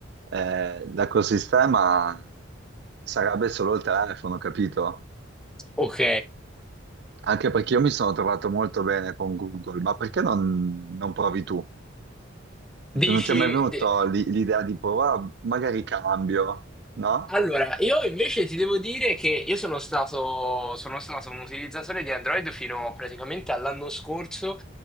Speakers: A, on the right; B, in the centre.
A: eh, l'ecosistema sarebbe solo il telefono, capito?
B: Ok.
A: Anche perché io mi sono trovato molto bene con Google, ma perché non non provi tu?
B: Dici,
A: Non ti è mai venuto
B: di-
A: l'i- l'idea di provare, magari cambio, no?
B: Allora, io invece ti devo dire che io sono stato, sono stato un utilizzatore di Android fino praticamente all'anno scorso